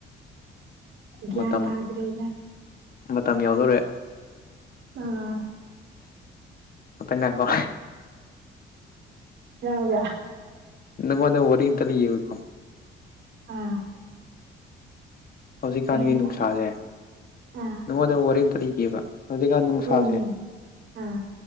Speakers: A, on the right (about 75°); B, on the left (about 50°).
A: ꯒ꯭ꯌꯥꯟ
B: ꯃꯇꯝ
A: ꯇꯥꯗ꯭ꯔꯦꯗ
B: ꯃꯇꯝ ꯌꯥꯎꯗꯣꯔꯦ
A: ꯑꯥ
B: ꯑ ꯉꯥꯏ ꯍ
A: ꯔꯥꯎ꯭ꯔꯥ
B: ꯏ ꯃꯅ ꯑꯣꯣꯔꯂꯦꯝ ꯇꯂꯤꯀ
A: ꯑꯥ
B: ꯍꯧꯖꯤꯛꯀꯥꯟꯒꯤ
A: ꯀꯩ ꯍꯥꯏꯕ
B: ꯅꯨꯡꯁꯥꯁꯦ
A: ꯑꯥ
B: ꯅꯉꯣꯟꯗ ꯋꯥꯔꯤ ꯑꯃꯝꯇ ꯂꯩꯒꯕ ꯍꯧꯖꯤꯛꯀꯥꯟ ꯅꯨꯡꯁꯥꯁꯦ
A: ꯍꯣꯏꯅꯦ ꯑꯥ